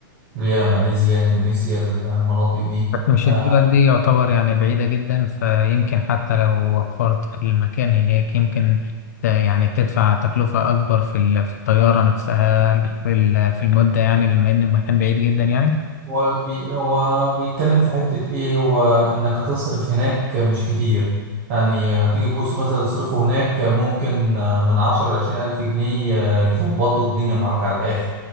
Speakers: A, on the right; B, on the left.
A: اللي هي ماليزيا إندونيسيا المناطق دي
B: بس مش
A: آه،
B: الدول دي يعتبر يعني بعيدة جدا فيمكن حتى لو وفرت في المكان هناك يمكن ت- يعني تدفع تكلفة أكبر في ال- في الطيارة نفسها في ال- في المدة يعني لما إن المكان بعيد جدا يعني
A: هو بي هو بيتكلم في حتة إيه هو إنك هتصرف هناك مش كتير يعني هتيجي تبص مثلا تصرفه هناك ممكن آه، من عشرة لعشرين ألف جنيه آه، يظبطوا الدنيا معاك على الآخر